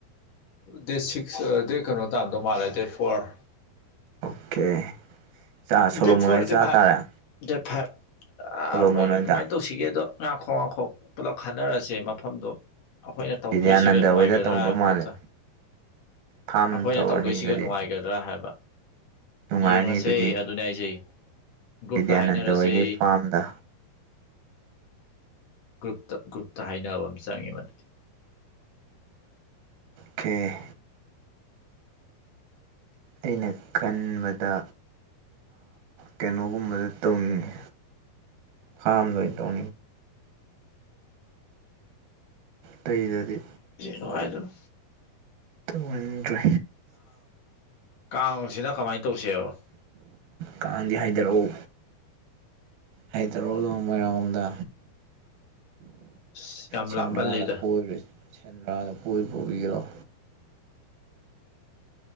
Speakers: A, on the left (about 55°); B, on the right (about 70°).
A: ꯗꯦꯠ ꯁꯤꯛꯁ ꯗꯦ ꯀꯩꯅꯣ ꯇꯝꯗꯣ ꯃꯥꯜꯂꯦ ꯗꯦꯠ ꯐꯣꯔ
B: ꯑꯣꯀꯦ ꯆꯥ ꯁꯣꯂꯣꯃꯣꯟ
A: ꯗꯦꯞ ꯐꯣꯔ
B: ꯍꯣꯏ ꯆꯥ
A: ꯗꯞ ꯐꯔ
B: ꯇꯥꯔꯦ
A: ꯗꯦꯞ ꯐꯔ
B: ꯁꯣꯂꯣꯃꯣꯟ
A: ꯃꯣꯏ
B: ꯍꯣꯏꯗ
A: ꯀꯃꯥꯏꯅ ꯇꯧꯁꯤꯒꯦꯗꯣ ꯉꯥꯈꯣꯛ ꯉꯥꯈꯣꯛ ꯄꯨꯂꯞ ꯈꯟꯅꯔꯁꯦ ꯃꯐꯝꯗꯣ ꯑꯩꯈꯣꯏꯅ ꯇꯧꯗꯣꯏꯁꯤꯒ
B: ꯕꯤꯗ꯭ꯌꯥꯅꯟꯗ
A: ꯅꯨꯡꯉꯥꯏꯒꯗ꯭ꯔꯥ
B: ꯍꯣꯏꯗ ꯇꯧꯗꯧ
A: ꯍꯥꯏꯕ ꯄꯣꯠꯇꯣ
B: ꯃꯥꯜꯂꯦ ꯐꯥꯝ
A: ꯑꯩꯈꯣꯏꯅ
B: ꯇꯧꯔꯅꯤ
A: ꯇꯧꯗꯣꯏꯁꯤꯒ
B: ꯑꯗꯨꯗꯤ
A: ꯅꯨꯡꯉꯥꯏꯒꯗ꯭ꯔꯥ ꯍꯥꯏꯕ
B: ꯅꯨꯡꯉꯥꯏꯔꯅꯤ
A: ꯌꯦꯡꯉꯁꯦ
B: ꯑꯗꯨꯗꯤ
A: ꯑꯗꯨꯅꯦ ꯑꯩꯖꯩ ꯒ꯭ꯔꯨꯞꯇ
B: ꯕꯤꯗ꯭ꯌꯥꯅꯟꯗ
A: ꯍꯥꯏꯅꯔꯁꯦ
B: ꯍꯣꯏꯒꯤ ꯐꯥꯝꯗ
A: ꯒ꯭ꯔꯨꯞꯇ ꯒ꯭ꯔꯨꯞꯇ ꯍꯥꯏꯅꯕ ꯑꯃ ꯆꯪꯉꯦ ꯃꯗꯨꯗꯤ
B: ꯈꯦ ꯑꯩꯅ ꯈꯟꯕꯗ ꯀꯩꯅꯣꯒꯨꯝꯕꯗ ꯇꯧꯅꯤꯡꯉꯤ ꯐꯥꯃꯗ ꯇꯧ ꯠꯇꯩꯗꯗꯤ
A: ꯁꯉꯥꯏ ꯑꯗꯨꯣ
B: ꯇꯧꯍꯟꯗ꯭ꯔꯦ
A: ꯀꯥꯡꯁꯤꯅ ꯀꯃꯥꯏꯅ ꯇꯧꯁꯦꯕ
B: ꯀꯥꯡꯗꯤ ꯍꯥꯏꯊꯔꯛ ꯑꯣ ꯍꯥꯏꯊꯔꯛꯑꯣ ꯅꯣꯡꯃ ꯃꯣꯏꯔꯥꯡꯂꯣꯝꯗ
A: ꯑꯁ ꯌꯥꯝ
B: ꯁꯦꯟꯗ꯭ꯔꯥꯗ
A: ꯂꯥꯞꯃꯜꯂꯦꯗ
B: ꯀꯣꯏꯔꯨꯁꯦ ꯁꯦꯟꯗ꯭ꯔꯥꯗ ꯀꯣꯏꯕ ꯄꯨꯕꯤꯒꯦ ꯂꯎ